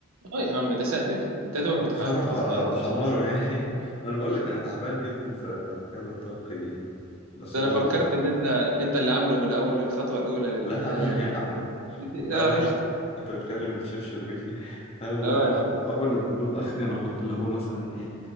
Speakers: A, on the right; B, on the left.
A: اه يا عم ده سهل دي انت يا دوبك
B: بصراحه
A: بتح- بتحط
B: اه
A: على
B: بحمره
A: النار
B: يعني <laughs> ما انا بقول لك انا تعبان جدا في حكايه الطبخ دي يعني. بس
A: ده
B: بابا
A: انا فكرت ان انت انت اللي عامله من اول من الخطوه الاولى للنهايه
B: لا لا
A: يعني
B: يا عم
A: <laughs>
B: لا
A: اه
B: لا
A: قشطه
B: انت بتكلم الشيف شربيني <laughs> هو
A: اه يا عم
B: هو اللي بعمله اخري انا احط اللي هو مثلا ايه